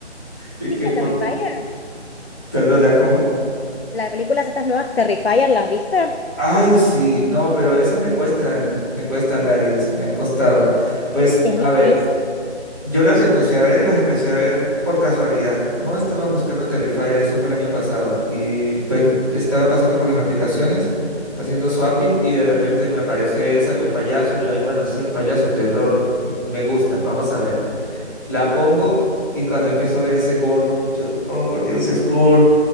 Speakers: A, on the left; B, on the left.
A: Y que
B: ¿Viste
A: por...
B: Terrifier?
A: Perdona, ¿cómo?
B: Las películas estas nuevas Terrifier, ¿las viste?
A: Ay, sí, no, pero esas me cuestan, me cuestan, Laritz, me han costado. Pues,
B: Es
A: a
B: difícil.
A: ver, yo las empecé a ver y las empecé a ver por casualidad. No estaba buscando Terrifier, eso fue el año pasado. Y pues estaba pasando por las aplicaciones, haciendo swapping y de repente me aparece esa de un payaso. Yo, ay, bueno, sí, un payaso, terror, m- me gusta, vamos a ver. La pongo y cuando empiezo a ver ese gore, yo, oh por Dios, es gore.